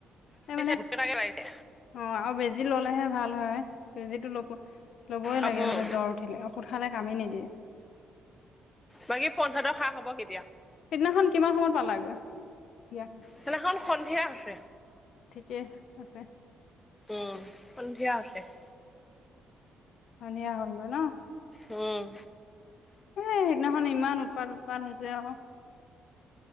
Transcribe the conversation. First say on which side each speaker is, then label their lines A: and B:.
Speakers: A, on the left (about 70°); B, on the left (about 15°).
A: এ মানে
B: গোটেইটাকে লাগিছে
A: অ আৰু বেজি ললেহে ভাল হয়। বেজিটো ল'ব ল'বই
B: উম
A: লাগে মানে জ্বৰ উঠিলে ঔষধ, খালে কামেই নিদিয়ে।
B: বাকী পঞ্চায়তৰ খা খবৰ কি?
A: সিদিনাখন কিমান সময় পালাগৈ বিয়াখন?
B: সেইদিনাখন সন্ধিয়া আছে।
A: তিকে আছে।
B: উম সন্ধিয়ে আছে। <inaudible>
A: আনিয়া হ'ল গৈ ন
B: উম
A: এ সেইদিনাখন ইমান উৎপাৰ উৎপাৰ হৈছে। ৱৎৱ ৎ্ল য়। ৎৱ হয়য ক্ষয়-ক্ষতি য়য় ৱ আৰু